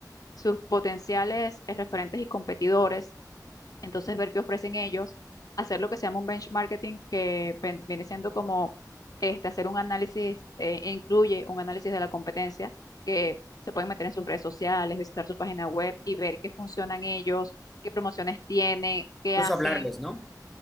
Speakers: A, on the left (about 55°); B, in the centre.
A: sus potenciales eh, referentes y competidores entonces, ver qué ofrecen ellos, hacer lo que se llama un benchmarking, que ven- viene siendo como este, hacer un análisis, eh, e incluye un análisis de la competencia, que se pueden meter en sus redes sociales, visitar su página web y ver qué funcionan ellos, qué promociones tienen, qué
B: Incluso
A: hacen.
B: hablarles, ¿no?